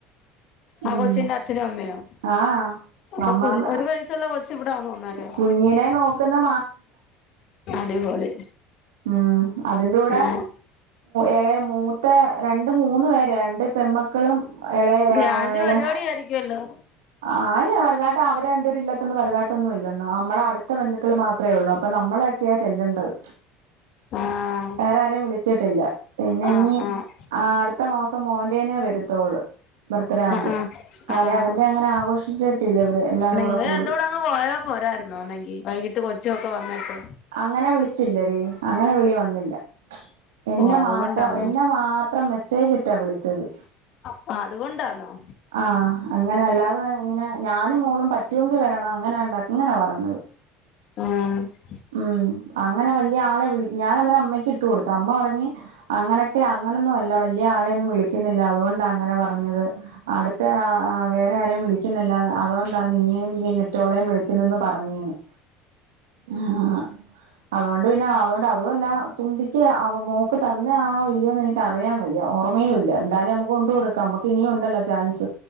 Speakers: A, on the left (about 55°); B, on the right (about 90°).
A: ആ
B: ഉം
A: കൊച്ചിൻ്റച്ഛനും അമ്മയോ
B: ആഹ്
A: അപ്പൊ
B: അമ്മാമ്മ
A: കുഞ് ഒരു വയസുള്ള കൊച്ച് ഇവിടാണൊ അന്നേരം
B: കുഞ്ഞിനെ നോക്കുന്ന
A: അടിപൊളി
B: മ്മ് അതിന്റെ കൂടെ
A: ആഹ്
B: എളയ മൂത് മൂത്തെ രണ്ട് മൂന്ന് പേര രണ്ട് പെമക്കളും എള
A: ഗ്രാൻഡ്
B: ആ എള
A: പരിപാടി ആയിരിക്കുവല്ലോ
B: ആ അല്ല വലുതായിട്ട അവര് രണ്ട്പേരും ഇല്ലാത്തോൺണ്ട് വലുതായിട്ടൊന്നും ഇല്ലെന്ന് അമ്മളെ അട്ത്ത ബന്ധത്തില് മാത്രേ ഉള്ളു അപ്പം നമ്മളെയൊക്കെയാ ചെല്ലെണ്ടത്
A: ആഹ്
B: വേറെ ആരെയും വിളിച്ചിട്ടില്ല പിന്നെ ഇഞി
A: ആഹ് ആഹ്
B: അടുത്ത മാസം മോൻ നേ വരുത്തോള്ള് ബർത്ത്ഡേയാവുമ്പോ
A: ആഹ് ആഹ്
B: കാര്യം
A: ആഹ്
B: അവൻ അങ്ങനെ ആഘോഷിച്ചിട്ടില്ല ഇവര് എല്ലാരും
A: നിങ്ങള്
B: കൂടെ കൂടി
A: രണ്ടൂടെ അങ്ങ് പോയാ പോരായിരുന്നോ വൈകിട്ട് കൊച്ചൊക്കെ വന്നിട്ട്
B: അങ്ങനെ വിളിച്ചില്ലെടീ അങ്ങനെ വിളി വന്നില്ല എന്നെ
A: ഓ അതുകൊണ്ടാന്നോ
B: മാത്രം എന്നെ മാത്രം മെസ്സേജ് ഇട്ടാ വിളിച്ചത്
A: അ അതുകൊണ്ടാന്നോ
B: ആഹ് അങ്ങനെ അല്ലാതെ ഇങ്ങനെ ഞാനും മോളും പറ്റുവേങ്കി വരണം അങ്ങനെന്താ അങ്ങനാ പറഞ്ഞത്
A: ആ
B: ഉം അങ്ങനെ വയല്ല്യ ആളെ വിളി ഞാനന്നേരം അമ്മയ്ക്ക് ഇട്ടുകൊടുത്തു അമ്മ പറഞ് അങ്ങനെയൊക്കെ അങ്ങനൊന്നും അല്ല വലിയ ആളെയൊന്നും വിളികിന്നില്ല അതുകൊണ്ടാ അങ്ങനെ പറഞത് അടുത്ത ആ വേറേയാരേം വിളികിന്നില്ല അതാ അതുകൊണ്ടാ നീയും <unintelligible> വിളിക്കുന്നെന്ന് പറഞ്ഞേന്ന് ആ അതുകൊണ്ട് പിന്നെ അതുകൊണ്ട് അതും എല്ലാം തുമ്പിക്ക് അവ മോക്ക് തന്നേയാണോ ഇല്ലയോന്ന് എനിക്ക് അറിയാൻ വയ്യ ഓർമയും ഇല്ല എന്തായാലും നമ്മക്ക് കൊണ്ട് കൊടുക്കാം നമ്മക്ക് ഇനിയും ഉണ്ടല്ലോ ചാൻസ്